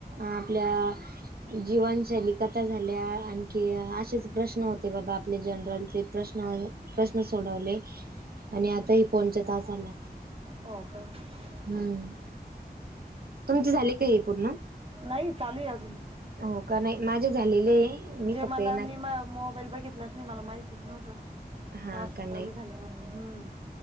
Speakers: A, on the right; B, on the right.
A: आपल्या जीवनशैली कथा था झाल्या आणखी असेच प्रश्न होते बाबा आपले जनरलचे प्रश्न प्रश्न सोडवले आणि आता हे फोन चे टास्क आल्यात.
B: हो का मग.
A: हम्म. तुमचे झाले का हे पूर्ण?
B: नाही चालू आहे अजून.
A: हो का नाही माझे झालेले आहे. मी
B: जे
A: फक्त
B: मला
A: येणार
B: मी मोबाईल बघितलाच नाही मला माहितीच नव्हतं.
A: हा
B: टास्क
A: का नाही
B: चालू झाले म्हणून हम्म.